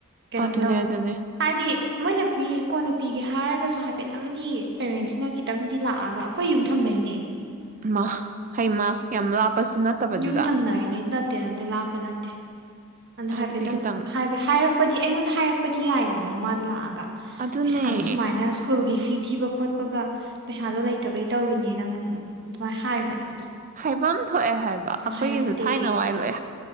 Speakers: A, on the right; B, on the right.
A: ꯀꯩꯅꯣꯝꯇꯧ
B: ꯑꯗꯨꯅꯦ ꯑꯗꯨꯅꯦ
A: ꯍꯥꯏꯗꯤ ꯃꯣꯏꯅ ꯄꯤꯔꯤ ꯀꯣꯟꯅ ꯄꯤꯒꯦ ꯍꯥꯏꯔꯒꯁꯨ ꯍꯥꯏꯐꯦꯠꯇꯪꯗꯤ ꯄꯦꯔꯦꯟꯁꯅ ꯈꯤꯇꯪꯗꯤ ꯂꯥꯛꯑꯒ ꯑꯩꯈꯣꯏ ꯌꯨꯝꯊꯪꯅꯩꯅꯦ
B: ꯃꯥ ꯍꯩꯃ ꯌꯥꯝ ꯂꯞ ꯄꯁꯨ ꯅꯠꯇꯕꯗꯨꯗ
A: ꯌꯨꯝ ꯊꯪꯅꯔꯤꯅꯦ ꯅꯠꯇꯦ ꯅꯠꯇꯦ ꯂꯥꯞꯄ ꯅꯠꯇꯦ ꯑꯗ
B: ꯑꯗꯨꯗꯤ
A: ꯍꯥꯏꯐꯦꯠꯇꯪ
B: ꯈꯤꯇꯪ
A: ꯍꯥꯌꯕ ꯍꯥꯏꯔꯛ ꯄꯗꯤ ꯑꯩꯉꯣꯟꯗ ꯍꯥꯏꯔꯛꯄꯗꯤ ꯌꯥꯏꯗꯅ ꯃꯃꯥꯗꯣ ꯂꯥꯛꯑꯒ
B: ꯑꯗꯨꯅꯦ
A: ꯄꯩꯁꯥꯗꯨ ꯁꯨꯃꯥꯏꯅ ꯁ꯭ꯀꯨꯜꯒꯤ ꯐꯤ ꯊꯤꯕ ꯈꯣꯠꯄꯒ ꯄꯩꯁꯥꯗꯣ ꯂꯩꯇꯕꯩ ꯇꯧꯔꯤꯅꯦ ꯅꯪ ꯑꯗꯨꯃꯥꯏꯅ ꯍꯥꯏꯕꯗꯅ
B: ꯍꯥꯏꯐꯝ ꯊꯣꯛꯑꯦ ꯍꯥꯏꯕ ꯑꯩꯈꯣꯏꯒꯤꯁꯨ
A: ꯍꯥꯏꯔꯛꯇꯦ
B: ꯊꯥꯏꯅ ꯋꯥꯏ ꯂꯣꯏ